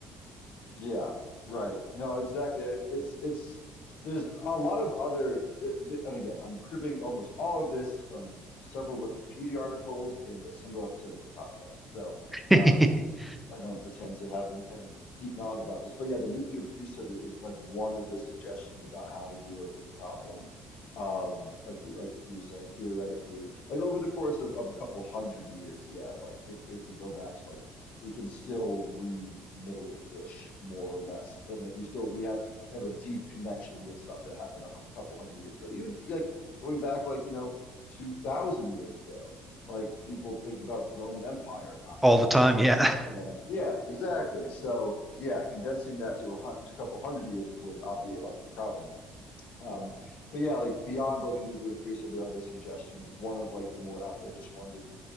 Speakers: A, on the left; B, in the centre.
A: Yeah, right. No, exactly. And It's it's there's a lot of other th- th- and again, I'm cribbing almost all of this from several Wikipedia articles and a single episode of a podcast. So,
B: <laughs>
A: um, I don't pretend to have any kind of deep knowledge about this, but yeah, the nuclear priesthood is, is like one of the suggestions about how to deal with this problem of like you like you were saying theoretically, like over the course of, of a couple hundred years, yeah, like if if we go back to like we can still read Middle English more or less, or like we still we have we have a deep connection with stuff that happened a, hun- a couple hundred years ago. Even like going back like you know two thousand years ago, like people think about the Roman Empire constantly.
B: all the time.
A: So
B: Yeah,
A: you know, yeah, exactly. So yeah, condensing that to a hun to a couple hundred years would, would obviate a lot of the problem. Um, but yeah, like beyond like a nuclear priest, are there other suggestions? One of like the more outlandish ones is